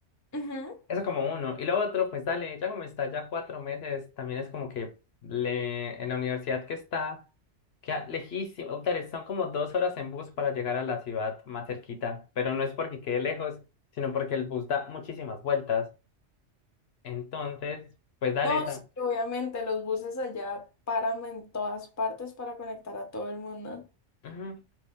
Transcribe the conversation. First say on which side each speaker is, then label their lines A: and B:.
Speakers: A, on the left; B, on the left.
A: Ujú.
B: Eso como uno. Y lo otro, pues dale, ya como está ya cuatro meses, también es como que le, en la universidad que está, queda lejísimo, dale, son como dos horas en bus para llegar a la ciudad más cerquita, pero no es porque quede lejos, sino porque el bus da muchísimas vueltas. Entonces, pues dale,
A: No,
B: Mm.
A: sí, obviamente los buses allá paran en todas partes para conectar a todo el mundo.
B: también.